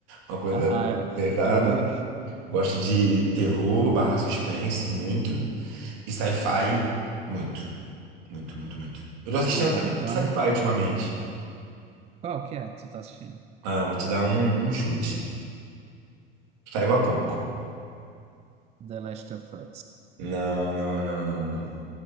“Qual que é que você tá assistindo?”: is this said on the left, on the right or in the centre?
Right